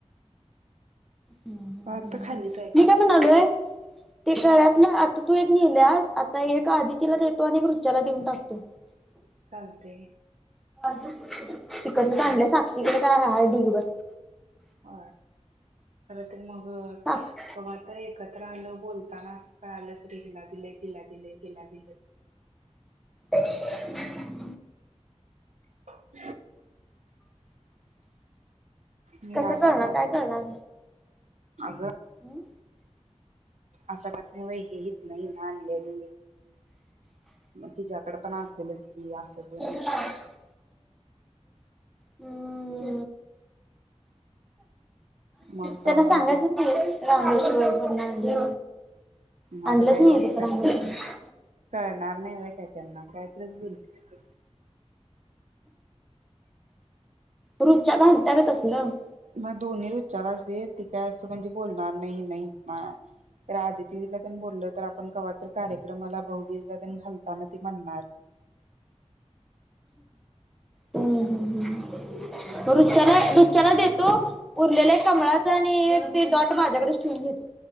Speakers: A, in the centre; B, on the right.
A: ह ह
B: सार्थ
A: ह
B: खालीच आहे
A: मी
B: का
A: काय म्हणालोय. ते गळ्यातलं आता तू एक नेल्यास आता एक आदिती ला देतो आणि एक रुचाला देऊन टाकतो. <unintelligible>
B: चालतय!
A: तिकडन काय आणल्या, साक्षीकडे काय हाय ढिगभर.
B: ह खर तर मग
A: साक्षी
B: कमा एकत्र आलं बोलताना कळालं तर तिला दिले तिला दिले तिला दिले.
A: हम्म्म्म
B: <inaudible> मी
A: कसं
B: आकारणाच
A: कळणार काय कळणार
B: अग
A: हम्म.
B: आता घात नाही बाई ही हितन हिन आणलेली मग तिच्याकड पण असेलच की असं तेन
A: <inaudible> हम्म.
B: मग
A: त्यांना
B: तवा
A: सांगायचं
B: आधीच
A: नाही होय रामेश्वर मधन आणलेली
B: मग
A: आणलंच
B: आता काय
A: नाहीय तस
B: काय
A: रामेश्वर
B: कळणार नाही होय काय त्यांना कायतरच बोलतीस तू
A: रुच्या घालत्या ग तसलं.
B: मग दोन्ही विचारलतीत ती काय असं म्हणजे बोलणार नाही हिन हिथन खरं आदितिला बोलल तर आपण कवा तर कार्यक्रमाला भाऊबीजला तेन घालताना ती म्हणणार
A: हम्म हम्म हम्म रुच्याला रुच्याला देतो उरलेलं एक कमळाच आणि ते डॉट माझ्याकडेचं ठेऊन घेतो